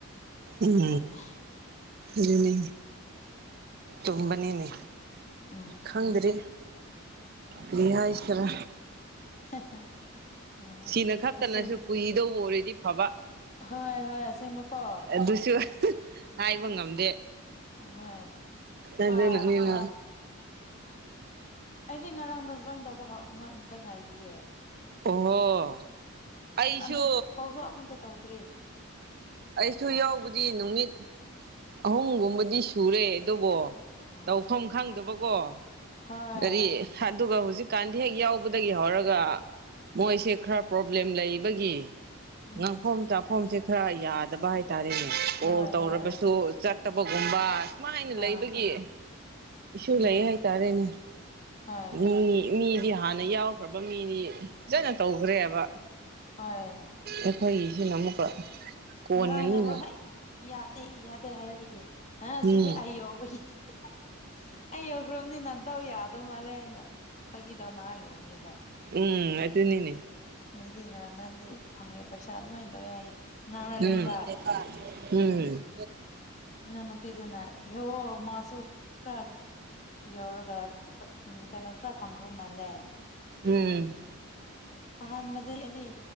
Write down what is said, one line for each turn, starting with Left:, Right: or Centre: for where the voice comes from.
Right: ꯎꯝ
Left: ꯑꯗꯨꯅꯦ
Right: ꯑꯗꯨ ꯆꯨꯝꯕꯅꯤꯅꯦ
Left: ꯎꯝ
Right: ꯈꯪꯗ꯭ꯔꯦ ꯀꯔꯤ ꯍꯥꯏꯁꯤꯔ
Left: <inaudible> ꯑꯦ
Right: ꯁꯤꯅ ꯈꯛꯇꯅꯁꯨ
Left: ꯑꯁꯤ
Right: ꯀꯨꯏꯗꯧꯕ ꯑꯣꯏꯔꯗꯤ ꯐꯕ
Left: ꯍꯣꯏ ꯍꯣꯏ ꯑꯁꯦꯡꯕꯀꯣ
Right: ꯑꯗꯨꯁꯨ ꯍꯥꯏꯕ ꯉꯝꯗꯦ
Left: ꯍꯣꯏ ꯊꯥ
Right: ꯑꯗꯨꯅꯅꯦꯃ
Left: ꯊꯥ ꯑꯩꯗꯤ ꯉꯔꯥꯡꯗ ꯖꯣꯏꯟ ꯇꯧꯕꯗ ꯗ ꯉꯥꯏꯔꯤꯌꯦ
Right: ꯑꯣꯍꯣ ꯑꯩꯁꯨ
Left: ꯑꯗꯨ ꯀꯣꯜꯁꯨ ꯑꯃꯇ ꯇꯧꯗ꯭ꯔꯤ
Right: ꯑꯩꯁꯨ ꯌꯥꯎꯕꯗꯤ ꯅꯨꯃꯤꯠ ꯑꯍꯨꯝꯒꯨꯝꯕꯗꯤ ꯁꯨꯔꯦ ꯑꯗꯨꯕꯨ
Left: ꯑꯥ
Right: ꯇꯧꯐꯝ ꯈꯪꯗꯕꯀꯣ
Left: ꯍꯣꯏ
Right: ꯒꯥꯔꯤ ꯑꯗꯨꯒ ꯍꯧꯖꯤꯛꯀꯥꯟꯗꯤ ꯍꯦꯛ ꯌꯥꯎꯕꯗꯒꯤ ꯍꯧꯔꯒ ꯃꯣꯏꯁꯦ ꯈꯔ ꯄ꯭ꯔꯣꯕ꯭ꯂꯦꯝ ꯂꯩꯕꯒꯤ
Left: ꯎꯝ
Right: ꯉꯥꯡꯐꯝ ꯆꯥꯐꯝꯁꯦ ꯈꯔ ꯌꯥꯗꯕ ꯍꯥꯏꯇꯥꯔꯦꯅꯦ
Left: ꯍꯣꯏ
Right: ꯀꯣꯜ ꯇꯧꯔꯕꯁꯨ
Left: ꯍꯣꯏ ꯍꯣꯏ
Right: ꯆꯠ ꯐꯠꯇꯕꯒꯨꯝꯕ ꯁꯨꯃꯥꯏꯅ
Left: ꯑꯥ
Right: ꯂꯩꯕꯒꯤ ꯏꯁꯨ
Left: ꯎꯝ
Right: ꯂꯩ ꯍꯥꯏꯇꯥꯔꯦꯅꯦ
Left: ꯍꯣꯏ
Right: ꯃꯤ ꯃꯤꯗꯤ ꯍꯥꯟꯅ ꯌꯥꯎꯈ꯭ꯔꯕ ꯃꯤꯅꯤ ꯐꯖꯅ ꯇꯧꯈ꯭ꯔꯦꯕ
Left: ꯍꯣꯏ
Right: ꯑꯩꯈꯣꯏꯒꯤꯁꯤꯅ ꯑꯃꯨꯛꯀ ꯀꯣꯟꯅꯅꯤꯅ
Left: ꯉꯔꯥꯡ ꯌꯥꯎꯕ ꯍꯦꯛ ꯌꯥꯗꯦ ꯌꯥꯗꯦ ꯍꯥꯏꯔꯕꯒꯤ ꯍꯥ
Right: ꯎꯝ
Left: ꯁꯤꯗꯤ ꯑꯩ ꯌꯣꯕꯒꯤ <unintelligible> ꯑꯩ ꯌꯧꯈ꯭ꯔꯕꯅꯤ ꯅꯥꯗꯥꯎ ꯌꯥꯗꯧ ꯃꯥꯜꯂꯦꯅ ꯅꯪ ꯐꯥꯒꯤ ꯗꯣꯅꯥꯔ ꯂꯩꯕꯅꯦꯕ
Right: ꯎꯝ ꯑꯗꯨꯅꯤꯅꯦ
Left: ꯃꯤꯗꯤ ꯉꯔꯥꯡ ꯅꯍꯥꯟꯗꯩ ꯐꯪꯉꯦ ꯄꯩꯁꯥ ꯑꯗꯨꯃꯥꯏꯅ ꯇꯧꯌꯦ ꯌꯥꯏꯌꯦ ꯅꯪꯅ
Right: ꯎꯝ
Left: ꯂꯩꯕ
Right: ꯎꯝ
Left: ꯏꯅꯥꯎ ꯅꯨꯄꯤꯗꯨꯅ ꯌꯦꯡꯉꯣ ꯃꯥꯁꯨ ꯈꯔ ꯌꯧꯔꯒ ꯄꯠ ꯎꯝ ꯀꯩꯅꯣ ꯈꯔ ꯐꯪꯈꯔꯕ ꯃꯥꯜꯂꯦ
Right: ꯎꯝ
Left: ꯑꯍꯥꯟꯕꯗꯗꯤ ꯑꯩꯗꯤ